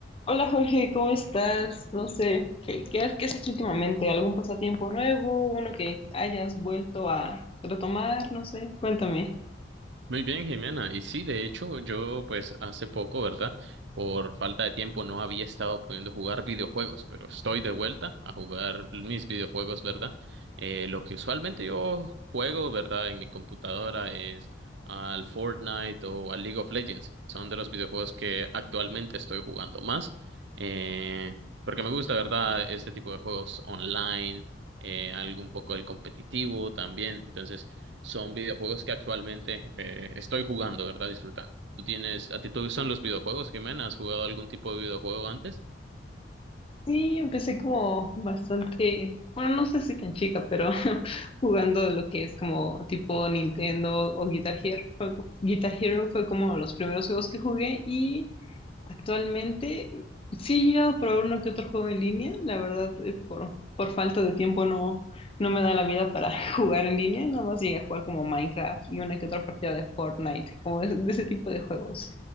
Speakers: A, on the left; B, on the right.
A: Hola Jorge, ¿cómo estás? No sé, ¿qué, qué has, qué has hecho últimamente? ¿Algún pasatiempo nuevo? ¿Uno que hayas vuelto a retomar? No sé, cuéntame.
B: Muy bien, Jimena. Y sí, de hecho, yo pues hace poco, ¿verdad? Por falta de tiempo no había estado pudiendo jugar videojuegos, pero estoy de vuelta a jugar mis videojuegos, ¿verdad? Eh, lo que usualmente yo juego, ¿verdad? En mi computadora es al Fortnite o al League of Legends. Son de los videojuegos que actualmente estoy jugando más, eh, porque me gusta, ¿verdad? Este tipo de juegos online, eh, algo un poco del competitivo también. Entonces son videojuegos que actualmente eh, estoy jugando, ¿verdad? Disfrutando. ¿Tú tienes, a ti te gustan los videojuegos, Jimena? ¿Has jugado algún tipo de videojuego antes?
A: Sí, empecé como bastante, bueno, no sé si tan chica, pero <laughs> jugando lo que es como tipo Nintendo o Guitar Hero. Fue- Guitar Hero fue como los primeros juegos que jugué y Actualmente sí he llegado a probar uno que otro juego en línea, la verdad, eh, por, por falta de tiempo no, no me da la vida para <laughs> jugar en línea, nada más llegué a jugar como Minecraft y una que otra partida de Fortnite, como de, de ese tipo de juegos.